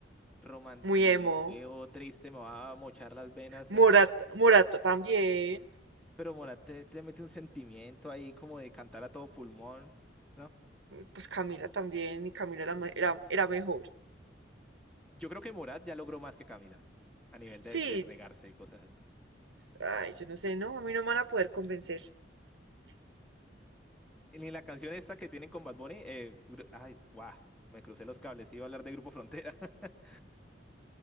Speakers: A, in the centre; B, on the right (about 80°).
A: romantiqueo,
B: Muy emo.
A: triste, me va a mochar las venas
B: Morat-
A: en...
B: Morata también.
A: Pero Morat te, te mete un sentimiento ahí como de cantar a todo pulmón, ¿no?
B: Pues Camila también. Y Camila era, me- era, era mejor.
A: Yo creo que Morat ya logró más que Camila a nivel de,
B: Sí,
A: de regarse y cosas así.
B: ay, yo no sé, ¿no? A mí no me van a poder convencer.
A: Ni la canción esta que tienen con Bad Bunny, eh, gru- ay, guau, me crucé los cables, iba a hablar de Grupo Frontera. <laughs>